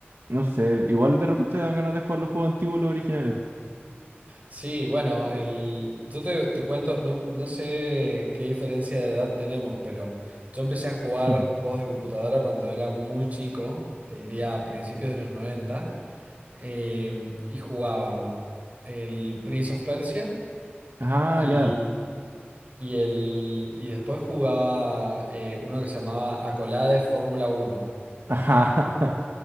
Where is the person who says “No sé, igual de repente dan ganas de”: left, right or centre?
Right